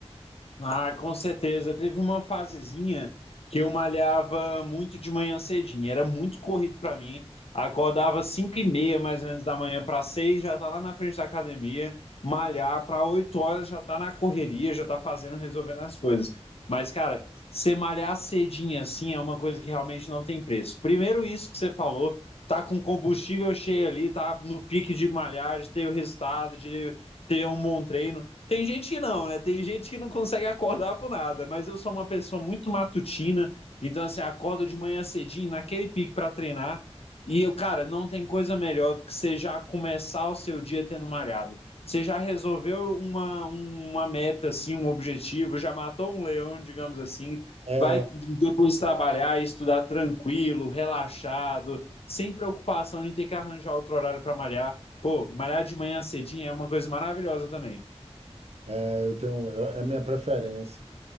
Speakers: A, on the left; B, on the right.
A: Ah, com certeza. Teve uma fasezinha que eu malhava muito de manhã cedinho. Era muito corrido para mim. Acordava 5 e meia, mais ou menos, da manhã para 6, já tá lá na frente da academia, malhar para 8 horas, já tá na correria, já tá fazendo, resolvendo as coisas. Mas, cara, você malhar cedinho assim é uma coisa que realmente não tem preço. Primeiro, isso que você falou, tá com combustível cheio ali, tá no pique de malhar, de ter o resultado, de ter um bom treino. Tem gente que não, né? Tem gente que não consegue acordar por nada, mas eu sou uma pessoa muito matutina, então assim, acordo de manhã cedinho, naquele pique para treinar, e eu, cara, não tem coisa melhor do que você já começar o seu dia tendo malhado. Você já resolveu uma, um- uma meta, assim, um objetivo, já matou um leão, digamos assim,
B: É,
A: vai depois trabalhar e estudar tranquilo, relaxado, sem preocupação de ter que arranjar outro horário para malhar. Pô, malhar de manhã cedinho é uma coisa maravilhosa também.
B: é, eu tenho, eu- é a minha preferência.